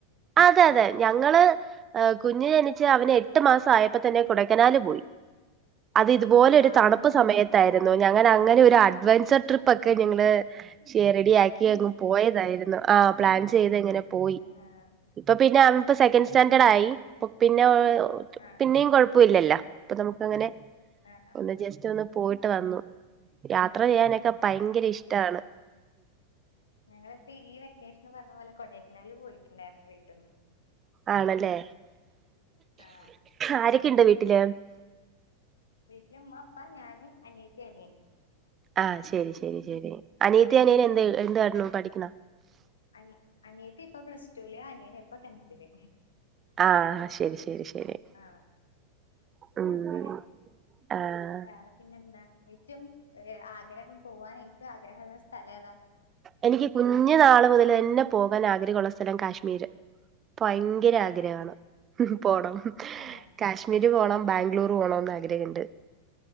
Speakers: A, on the right; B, on the left.
A: അതെ അതെ ഞങ്ങള് ഏയ് കുഞ്ഞ് ജനിച്ച് അവന് എട്ട് മാസം ആയപ്പ തന്നെ കൊടേക്കനാല് പോയി. അത് ഇതുപോലെ ഒരു
B: ആഹ്
A: തണ്പ്പ്
B: ആഹ്
A: സമയത്തായിര്ന്നു. ഞങ്ങല അങ്ങനെ ഒരു അഡ്വെഞ്ചർ ട്രിപ്പ് ഒക്കെ ഞങ്ങള് ശേ റെഡിയാക്കി
B: പ്ലാൻ
A: അങ്ങ്
B: ചെയ്തതായിരിക്കും
A: പോയതായിരുന്നു ആഹ് പ്ലാൻ ചെയ്ത് എങ്ങനെ പോയി.
B: ആഹ്
A: ഇപ്പ പിന്നെ അവൻപ്പ സെക്കൻഡ്
B: ആഹ്
A: സ്റ്റാഡേർഡ് ആയി. പിന്നെ ഓയോ
B: ആഹ്
A: പിന്നെയും കൊഴ ഇപ്പ ഇല്ലല്ല ഇപ്പ നമുക്ക് അങ്ങനെ
B: ആഹ് ആഹ്
A: ഒന്ന്
B: ആഹ്
A: ജസ്റ്റ് ഒന്ന് പോയി ട്ട് വന്നു. യാ- ത്ര ചെയ്യാനക്കെ പയങ്കര ഇഷ്ടാണ്.
B: ഞങ്ങളിപ്പോ ഈ വെക്കേഷന് പറഞ്ഞ പോലെ കൊടൈക്കനാല് പോയിട്ടുണ്ടായിരുന്നു വീട്ടിന്ന്
A: ആണല്ലേ
B: ആഹ്
A: ആരൊക്കെയുണ്ട് വീട്ടില്
B: വീട്ടിൽ ഉമ്മ ഉപ്പാ ഞാന് അനിയത്തി അനിയൻ
A: ആഹ് ശരി ശരി ശരി അനീത്തി അനിയന്
B: ആഹ്
A: എന്ത് എന്ത് കാട്ടുണു പഠിക്കണോ
B: അനി അനിയത്തി ഇപ്പ പ്ലസ് ടൂല് അനിയന ഇപ്പൊ ടെൻത്തില്.
A: ആഹ് ശരി ശരി ശരി
B: ആ
A: ഉം
B: അങ്ങനെ
A: ആഹ്
B: വേറെ പിന്നെന്താ ഏറ്റവും ആദ്യ- ആഗ്രഹം പോകവാൻ ഏറ്റവും ആഗ്രഹമുള്ള സ്ഥലം ഏതാ
A: എനിക്ക് കുഞ്ഞു നാള് മുതൽ തന്നെ പോകാൻ ആഗ്രഹമുള്ള സ്ഥലം കാശ്മീര് ഭയങ്കര
B: ആഹ്
A: ആഗ്രഹാണ് പോണം
B: ആഹ്
A: കാശ്മീർ പോണം ബാംഗ്ലൂർ പോണന്ന് ആഗ്രഹണ്ട്